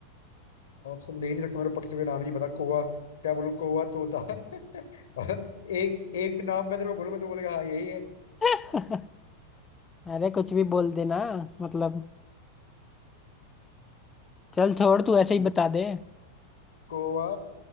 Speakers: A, on the left; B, on the left.
A: ऑप्शन दे ही नहीं सकता मेरे पक्षी का नाम ही नहीं पता कौवा क्या बोलूं कौवा तोता <laughs> एक एक नाम मैं तेरे को बोलूंगा तो बोलेगा हाँ यही है
B: <laughs> अरे कुछ भी बोल देना मतलब चल छोड़ तू ऐसे ही बता दे
A: कौवा